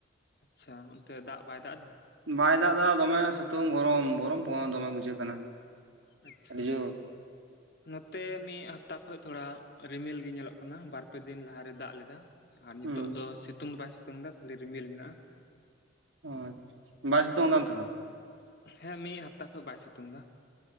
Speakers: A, on the left (about 55°); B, on the right (about 85°).
A: ᱟᱪᱪᱷᱟ ᱚᱱᱛᱮ ᱫᱟᱜ ᱵᱟᱭ ᱫᱟᱜ ᱮᱫᱟ
B: ᱵᱟᱭ ᱫᱟᱜ ᱮᱫᱟ ᱫᱚᱢᱮ ᱥᱤᱛᱩᱝ ᱜᱚᱨᱚᱢ ᱜᱚᱨᱚᱢ ᱯ ᱫᱚᱢᱮ ᱵᱩᱡᱷᱟᱹᱜ ᱠᱟᱱᱟ
A: ᱟᱪᱪᱷᱟ
B: ᱟᱹᱰᱤ ᱡᱳᱨ
A: ᱱᱚᱛᱮ ᱢᱤᱫ ᱦᱟᱯᱛᱟ ᱠᱷᱚᱡ ᱛᱷᱚᱲᱟ ᱨᱤᱢᱤᱞ ᱜᱮ ᱧᱮᱞᱚᱜ ᱠᱟᱱᱟ ᱵᱟᱨ ᱯᱮ ᱫᱤᱱ ᱞᱟᱦᱟᱨᱮ ᱫᱟᱜ ᱞᱮᱫᱟ ᱟᱨ ᱱᱤᱛᱚᱜ
B: ᱦᱩᱸ
A: ᱫᱚ ᱥᱤᱛᱩᱝ ᱵᱟᱭ ᱥᱤᱛᱩ <inaudible> ᱥᱤᱛᱩᱝᱫᱟ ᱠᱷᱟᱹᱞᱤᱰᱤ ᱨᱤᱢᱤᱞ ᱢᱮᱱᱟᱜᱼᱟ
B: ᱚᱪ ᱵᱟᱭ ᱥᱮᱛᱳᱝ
A: ᱟᱫᱚ
B: ᱫᱟ ᱚᱱᱛᱮᱫᱚ
A: ᱦᱮᱸ ᱢᱤᱫ ᱦᱟᱯᱛᱟ ᱠᱷᱚᱱ ᱵᱟᱭ ᱥᱤᱛᱩᱝ ᱮᱫᱟ